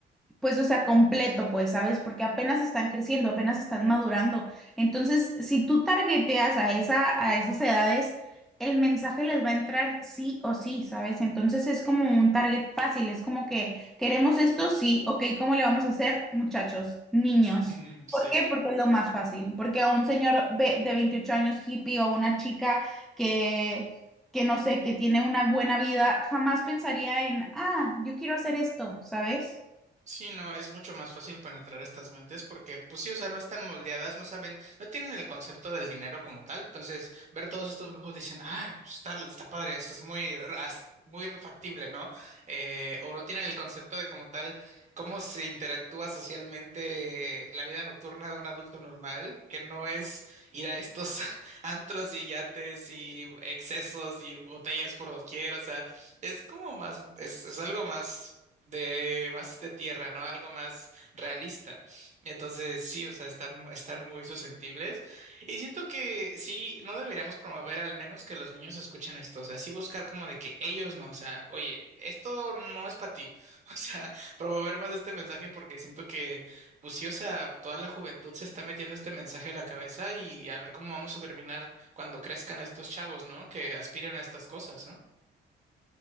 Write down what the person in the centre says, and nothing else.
pues, o sea, completo, pues, ¿sabes? Porque apenas están creciendo, apenas están madurando. Entonces, si tú targeteas a esa, a esas edades, el mensaje les va a entrar sí o sí, ¿sabes? Entonces es como un target fácil, es como que queremos esto, sí, ok, ¿cómo le vamos a hacer, muchachos, niños?
¿Por qué? Porque es lo más fácil. Porque a un señor ve- de 28 años hippie o a una chica que, que no sé, que tiene una buena vida, jamás pensaría en, ah, yo quiero hacer esto, ¿sabes?